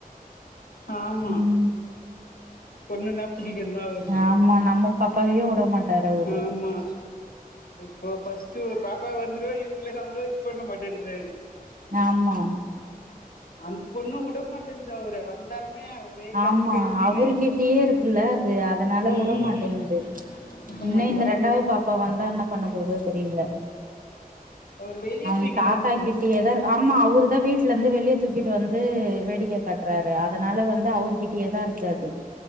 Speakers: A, on the left; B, on the right.
A: ஆமா
B: ம்
A: பொண்ணுன்னா புடிக்குல அவருக்கு
B: ஆமா நம்ம பாப்பாவையே உட மாட்டாரு அவரு
A: ஆமா இப்போ ஃபர்ஸ்ட் ஒர் பாப்பா வந்துடுவ இவ்ங்ளே அவ்ளோ இது பண்ண மாட்டேன்றாரு
B: ஆமா
A: அந்த் பொண்ணு உடமாட்டேந்து அவர வந்தாலுமே ஒரே கத்து
B: ஆமா
A: கத்திக்கின்னு
B: அவரு கிட்டயே இருக்குல்ல அது அதனால
A: ம்
B: உடமாட்டேங்து
A: உடமாட்டுது
B: இன்னு இந்த
A: அவரு
B: ரெண்டாவ்து
A: வெ
B: பாப்பா வந்தா என்ன பண்ண போதோ தெரில
A: அவரு வெளிய
B: அவங்
A: தூக்கினு
B: தாத்தா
A: வந்துர்றாரு
B: கிட்டயேதாருக் ஆமா அவரு தா வீட்லருந்து வெளிய தூக்கிட்டு வந்து வேடிக்க காட்டுறாரு அதனால வந் அவருகிட்டயேதா இருக்கு அது